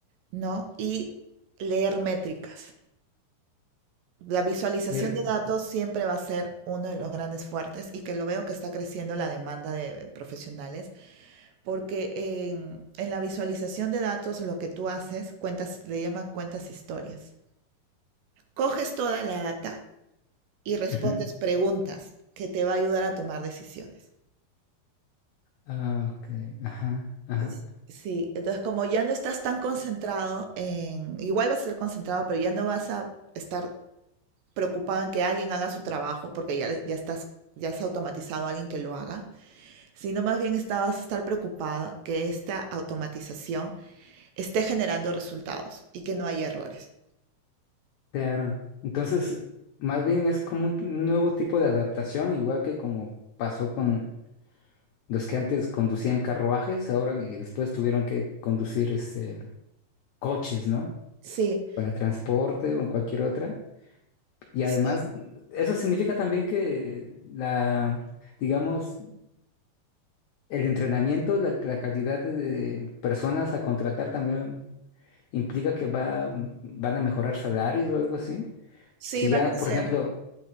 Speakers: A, on the right; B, on the left.
A: ¿no? Y leer métricas. La visualización
B: Pero,
A: de datos siempre va a ser uno de los grandes fuertes y que lo veo que está creciendo la demanda de profesionales Porque en, en la visualización de datos lo que tú haces, cuentas, le llaman cuentas historias. Coges toda la data y respondes
B: ujú.
A: preguntas que te va a ayudar a tomar decisiones.
B: Ah, ok, ajá, ajá.
A: Es- Sí, entonces como ya no estás tan concentrado en, igual vas a ser concentrado, pero ya no vas a estar preocupado en que alguien haga su trabajo, porque ya, le- ya estás, ya has automatizado a alguien que lo haga, sino más bien está- vas a estar preocupado que esta automatización esté generando resultados y que no haya errores.
B: Claro. Entonces, más bien es como un un nuevo tipo de adaptación, igual que como pasó con los que antes conducían carruajes, ahora y después tuvieron que conducir este coches, ¿no?
A: Sí,
B: Para transporte o en cualquier otra. Y
A: sí,
B: además, eso significa también que la, digamos, el entrenamiento, la, la calidad de personas a contratar también implica que va, van a mejorar salarios o algo así.
A: sí,
B: Si ya,
A: va a crecer.
B: por ejemplo,